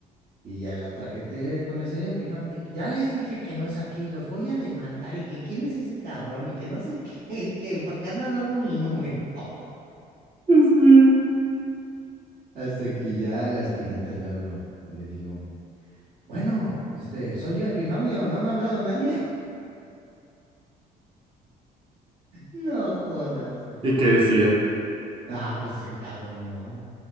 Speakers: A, on the right; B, on the right.
A: Y ya la otra gente "Eh, con el señor Epifamio, ya les dije que no es aquí, los voy a demandar y que quién es ese cabrón y que no sé qué, <laughs> que por qué anda dando mi número. <laughs>
B: Dios mío.
A: Hasta que ya a las 500 le hablo, le digo. Bueno, este, soy yo, Epifamio, no me ha hablado nadie. <laughs> No jodas, güey.
B: ¿Y qué decía?
A: Ah, pues se encabronó.